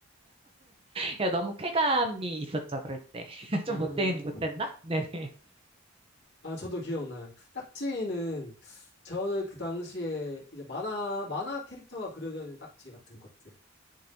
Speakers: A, on the right (about 25°); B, on the left (about 50°).
A: 그래서 너무 쾌감이 있었죠, 그럴 때. <laughs>
B: 아,
A: 좀 못된, 못됐나? 네네.
B: 아, 저도 기억나요. 딱지는 저는 그 당시에 이제 만화, 만화 캐릭터가 그려져 있는 딱지 같은 것들.